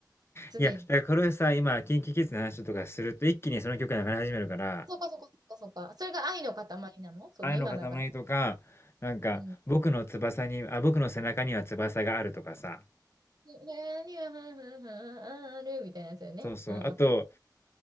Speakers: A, on the right; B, on the left.
A: 常に。
B: いや、だからこれさ、今、キンキキッズの話とかすると、一気にその曲が流れ始めるから。
A: そうかそうかそうかそうか。それが愛の塊なのその今流れる。
B: 愛の塊とか、なんか、
A: うん。
B: 僕の翼に、あ、僕の背中には翼があるとかさ。
A: 何が、はははあるみたいなやつだよね。
B: そうそう。
A: うん、
B: あと、
A: わ